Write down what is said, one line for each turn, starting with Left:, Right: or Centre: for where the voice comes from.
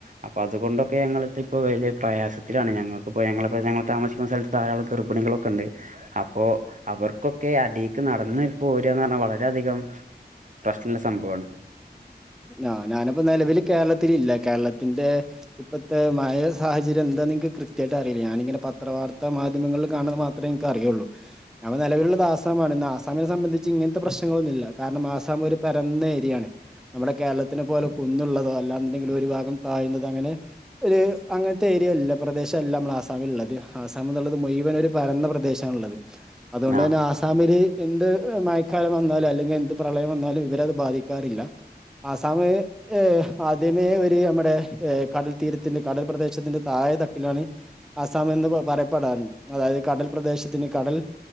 Right: അപ്പൊ അതുകൊണ്ടൊക്കെ ഞങ്ങി ഇപ്പൊ വലിയ പ്രയാസത്തിലാണ് ഞങ്ങൾക്ക് ഇപ്പോ ഞങ്ങള ഞങ്ങൾ താമസിക്കുന്ന സ്ഥലത്ത് ധാരാളം ഗർഭിണികളൊക്കെ ഉണ്ട്. അപ്പൊ അപ്പോ അവർക്കൊക്കെ അടിക്ക് നടന്ന് പോ പോരന്ന് പറഞ്ഞാൽ വളര അധികം പ്രശ്നമുള്ള സംഭവമാണ്.
Centre: ആ ഞാനിപ്പോ നിലവിൽ കേരളത്തി ഇല്ല. കേരളത്തിന്റെ ഇപ്പഴത്തെ മഴ സാഹചര്യം എന്താന്ന് നിങ്ങക്ക് കൃത്യയിട്ട് അറിയില്ല. ഞാനിങ്ങനെ പത്ര വാർത്താ മാധ്യമങ്ങളിൽ കാണൻ മാത്രമേ ക്ക് അറിയുള്ളൂ. ഞപ്പ നിലവിലുള്ളത് ആസമാണ് ഇ ആസാമിനെ സംബന്ധിച്ച് ഇങ്ങനത്തെ പ്രശ്നങ്ങളൊന്നുമില്ല. കാരണം ആസാം ഒരു പരന്ന ഏരിയാണ്. നമ്മുടെ കേരളത്തിനെ പോലെ കുന്നുള്ളതോ അല്ലാ എണ്ടെങ്കിലും ഒരു ഭാഗം താഴ്ന്നത അങ്ങനെ ഒരു അങ്ങനത്തെ ഏരിയ അല്ല. പ്രദേശമല്ല നമ്മൾ ആസാമിൽ ഉള്ളത് ആസാം എന്നുള്ളത് മുഴുവൻ ഒരു പരന്ന പ്രദേശമാണുള്ളത്. അതുകൊണ്ട്
Right: ആഹ
Centre: തന്നെ ആസാമില് എന്ത് മഴക്കാലം വന്നാലും അല്ലെങ്കിൽ എന്ത് പ്രളയം വന്നാലും ഇവരത് ബാധിക്കാറില്ല. ആസമ് ഏ ആദ്യമേ ഒരു നമ്മുടെ ഏ കടൽ തീരത്തിന്റെ കടൽ പ്രദേശത്തിന്റെ താഴെ തട്ടിലാണ് ആസാംഎന്ന് പറയപ്പെടാറുണ്ട്. അതായത് കടൽ പ്രദേശത്തിന് കടൽ